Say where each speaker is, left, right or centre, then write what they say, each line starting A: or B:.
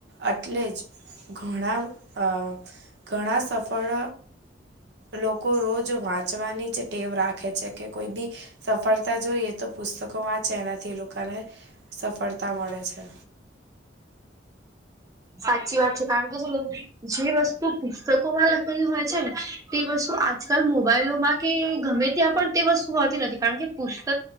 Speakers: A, on the right; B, on the right.
A: એટલે જ ઘણા અ ઘણા સફળ લોકો રોજ વાંચવાની જ ટેવ રાખે છે, કે કોઈ બી સફળતા જોઈએ તો પુસ્તકો વાંચ ચે એનાથી લોકોને સફળતા મળે છે.
B: સાચી વાત છે. કારણ કે શુંને જે વસ્તુ પુસ્તકોમાં લખેલું હોય છે ને તે વસ્તુ આજકાલ મોબાઈલોમાં કે ગમે ત્યાં પણ તે વસ્તુ હોતી નથી. કારણ કે પુસ્તક